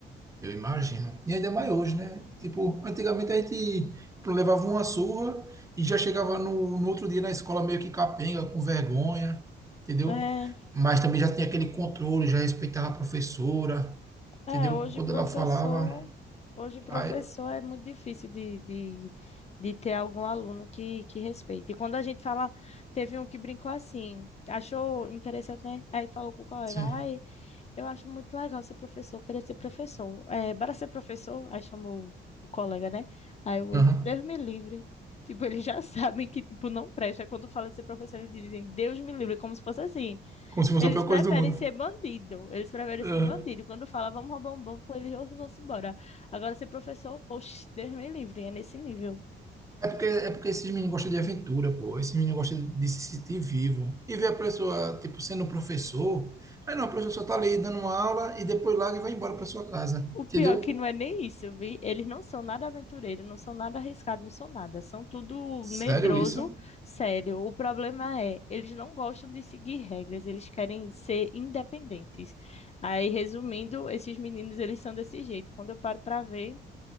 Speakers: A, on the right; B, on the left.
A: Eu imagino. E ainda mais hoje, né? Tipo, antigamente a gente levava uma surra e já chegava no, no outro dia na escola meio que capenga, com vergonha, entendeu?
B: é.
A: Mas também já tinha aquele controle, já respeitava a professora,
B: É,
A: entendeu?
B: hoje
A: Quando
B: professor,
A: ela falava,
B: hoje professor
A: aí,
B: é muito difícil de, de, de ter algum aluno que, que respeite. E quando a gente fala, teve um que brincou assim, achou interessante, né? Aí falou com o colega,
A: sim,
B: ai, eu acho muito legal ser professor, eu queria ser professor. É, bora ser professor? Aí chamou o colega, né? Aí o outro,
A: aham.
B: Deus me livre. Tipo, eles já <laughs> sabem que, tipo, não presta. Quando fala de ser professor, eles dizem, Deus me livre, como se fosse assim.
A: Como se fosse
B: Eles
A: a pior
B: preferem
A: coisa do mundo.
B: ser bandido. Eles preferem
A: Aham.
B: ser bandido. Quando fala, vamos roubar um banco, eles "Oxe, vão-se embora. Agora, ser professor, oxe, Deus me livre, é nesse nível.
A: É porque, é porque esses meninos gostam de aventura, pô. Esses meninos gostam de, de se sentir vivo. E ver a pessoa, tipo, sendo professor. Aí não, a pessoa só tá ali dando uma aula e depois larga e vai embora pra sua casa.
B: O pior
A: Entendeu?
B: é que não é nem isso, vi? Eles não são nada aventureiros, não são nada arriscados, não são nada. São tudo
A: Sério
B: medroso,
A: isso?
B: sério. O problema é, eles não gostam de seguir regras, eles querem ser independentes. Aí, resumindo, esses meninos, eles são desse jeito. Quando eu paro para ver,